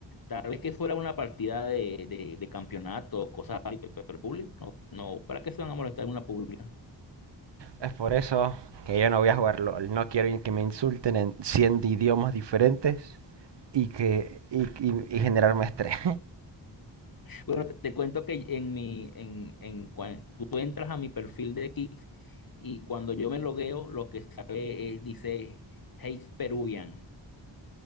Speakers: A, on the left (about 50°); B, on the right (about 65°).
A: Tal vez que fuera una partida de, de, de campeonato, cosas así, pe- pero público, no, ¿para qué se van a molestar en una pública?
B: Es por eso que yo no voy a jugar LOL. No quiero que me insulten en 100 idiomas diferentes y que y, y- y generarme estrés.
A: Bueno, te cuento que en mi, en, en, cua- tú, tú entras a mi perfil de Kick y cuando yo me logueo, lo que sale es, dice, hate Peruvian,